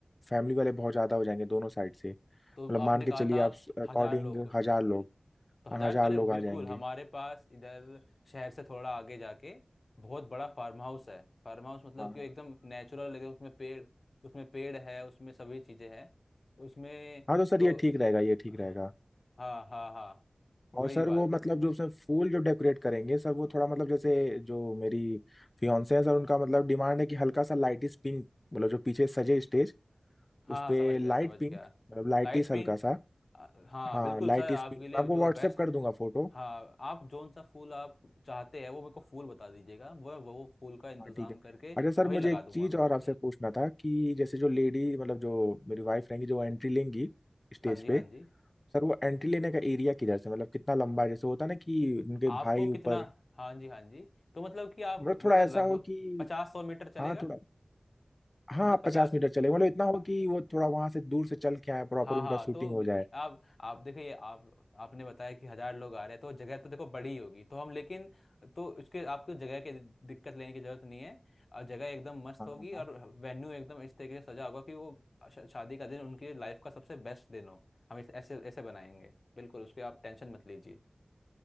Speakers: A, on the left; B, on the left.
A: फैमिली वाले बहुत ज्यादा हो जाएंगे दोनों साइड से मतलब
B: तो आपने
A: मान के
B: कहा
A: चलिए
B: था
A: आप अकॉर्डिंग
B: हजार लोग
A: हजार लोग
B: तो हजार
A: हजार
B: अरे
A: लोग
B: बिल्कुल
A: आ जाएंगे
B: हमारे पास इधर शहर से थोड़ा आगे जाके बहुत बड़ा फार्म हाउस है फार्म हाउस मतलब
A: हाँ
B: कि
A: हाँ
B: एकदम नेचुरल एकदम उसमें पेड़ उसमें पेड़ है उसमें सभी चीज़ें हैं उसमें
A: हाँ तो सर
B: तो
A: ये ठीक रहेगा ये ठीक
B: हाँ
A: रहेगा
B: हाँ हाँ हाँ, वही
A: और सर
B: बात
A: वो मतलब
B: है
A: जो उसमें फूल जो डेकोरेट करेंगे सर वो थोड़ा मतलब जैसे जो मेरी फियांसे है सर उनका मतलब डिमांड है कि हल्का सा लाइटिस पिंक मतलब जो पीछे सजे स्टेज
B: हाँ
A: उस
B: हाँ
A: पे
B: समझ गया
A: लाइट
B: समझ
A: पिंक
B: गया
A: मतलब लाइटिस
B: Light
A: हल्का
B: pink
A: सा
B: हाँ
A: हाँ
B: बिल्कुल
A: लाइटिस
B: सर आपके
A: पिंक
B: लिए
A: मैं आपको
B: जो
A: व्हाट्सएप
B: बेस्ट
A: कर दूंगा फोटो
B: हाँ आप जोन सा फूल आप चाहते हैं वो मेरे को फूल बता दीजिएगा वो वो फूल का इंतज़ाम
A: हाँ ठीक है
B: करके
A: अच्छा सर
B: वही
A: मुझे
B: लगा
A: एक
B: दूंगा
A: चीज और आपसे पूछना था कि जैसे जो लेडी मतलब जो मेरी वाइफ रहेंगी जो एंट्री लेंगी स्टेज
B: हाँ जी
A: पे
B: हाँ जी
A: सर वो एंट्री लेने का एरिया किधर से मतलब कितना लंबा है जैसे होता है ना कि उनके
B: आपको
A: भाई ऊपर
B: कितना हाँ जी हाँ जी तो मतलब कि आप
A: मतलब
B: मतलब
A: थोड़ा ऐसा
B: लगभग
A: हो कि
B: पचास सौ मीटर चलेगा
A: हाँ थोड़ा हाँ
B: मतलब पचास
A: पचास मीटर चले मतलब इतना हो कि वो थोड़ा वहां से दूर से चल के आए प्रॉपर
B: हाँ
A: उनका
B: हाँ
A: शूटिंग
B: तो
A: हो
B: भी-
A: जाए
B: आप आप देखिए आप आपने बताया कि हजार लोग आ रहे हैं तो जगह तो देखो बड़ी होगी तो हम लेकिन तो उसके आपको जगह की दिक्कत लेने की जरूरत नहीं है और जगह एकदम मस्त
A: हाँ
B: होगी
A: हाँ
B: और
A: हाँ।
B: वेन्यू एकदम इस तरीके से सजा होगा कि वो शा- शादी का दिन उनकी लाइफ का सबसे बेस्ट दिन हो हम इस ऐसे ऐसे बनाएंगे बिल्कुल उसके आप टेंशन मत लीजिए